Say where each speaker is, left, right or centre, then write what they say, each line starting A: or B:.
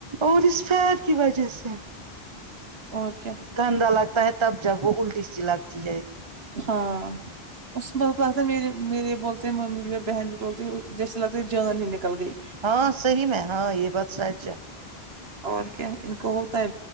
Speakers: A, on the right (about 30°); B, on the right (about 75°).
A: اور اس فر کی وجہ سے
B: اور کیا
A: گندا لگتا ہے تب جب وہ الٹی سی لگتی ہے
B: ہاں اس بقت لگتا ہے مے میرے یہ بولتے ہیں ممی بھی اور بہن بھی بولتے جیسے لگتے ہے جان ہی نکل گئی
A: ہاں صحیح میں ہاں یہ بات سچ ہے
B: اور کیا ان کو ہوتا ہے